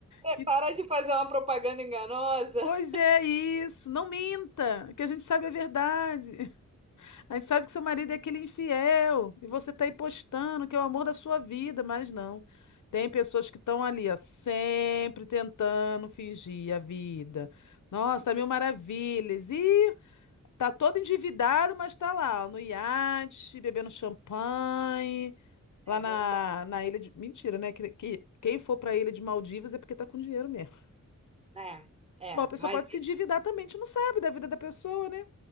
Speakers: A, on the left (about 75°); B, on the right (about 20°).
A: que,
B: Para de fazer uma propaganda enganosa.
A: pois é isso, não minta, que a gente sabe a verdade. <laughs> A gente sabe que seu marido é aquele infiel e você tá aí postando que é o amor da sua vida, mas não. Tem pessoas que estão ali, ó, sempre tentando fingir a vida. Nossa, mil maravilhas. Ih, Tá todo endividado, mas tá lá, ó, no iate, bebendo champanhe,
B: É
A: lá
B: verdade.
A: na, na ilha de. Mentira, né? Que, que- quem for pra ilha de Maldivas é porque tá com dinheiro mesmo.
B: É, é,
A: Bom, a pessoa
B: mas
A: pode se endividar também, a gente não sabe da vida da pessoa, né? A